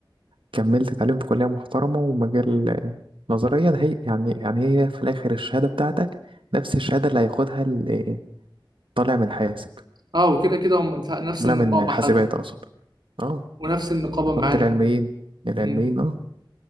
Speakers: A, on the right (about 80°); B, on the right (about 60°).
A: كملت تعليم في كلية محترمة ومجال نظريا هي يعني يعني هي في الآخر الشهادة بتاعتك نفس الشهادة اللي هياخدها اللي طالع من حاسب
B: اه وكده كده هم نفس
A: طالع
B: النقابة
A: من حاسبات
B: حتى
A: أقصد اه
B: ونفس النقابة
A: ثقافة
B: معانا
A: العلميين
B: كمان
A: العلميين
B: مم.
A: اه